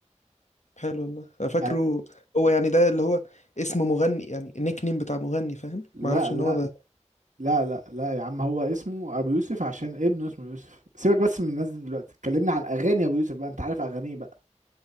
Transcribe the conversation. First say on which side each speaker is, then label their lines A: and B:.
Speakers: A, on the left; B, on the right.
A: حلو والله انا فاكره
B: آه،
A: هو يعني ده اللي هو اسم مغني يعني النيك نيم بتاع مغني فاهم
B: لا
A: ما اعرفش ان
B: لا
A: هو ده
B: لا لا لا يا عم هو اسمه ابو يوسف عشان ابنه اسمه يوسف سيبك بس من الناس دي دلوقتي كلمني عن اغاني ابو يوسف بقى انت عارف اغانيه بقى